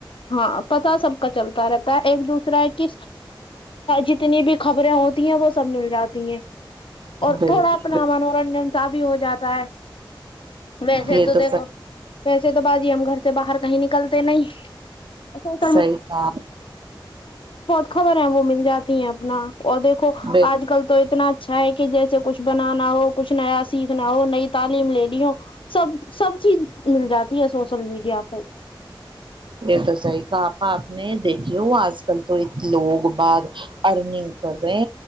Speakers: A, on the left; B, on the right.
A: ہاں پتا سب کا چلتا رہ ایک دوسرا کی جتنی بھی خبریں ہوتی ہیں وہ سب مل جاتی ہیں اور
B: بالکل
A: تھوڑا اپنا
B: بالکل،
A: منورنجن سبھی ہو جاتا ہے ویسے
B: یہ
A: تو
B: صحیح
A: دیکھو ویسے تو باجی ہم گھر سے باہر کہیں نکلتے نہیں <unintelligible>
B: صحیح کہا
A: خبر ہے وہ مل جاتی ہیں اپنا اور دیکھو
B: بالکل
A: آج کل تو اتنا اچھا ہے کہ جیسے کچھ بنانا ہو کچھ نیا سیکھنا ہو نئی تعلیم لینی ہو سب سب چیز مل جاتی ہے سوشل میڈیا پ
B: یہ تو صحیح کہا آپا آپ نے دیکھیے ہو آج کل تو لوگ بعد ارنینگ کر رہے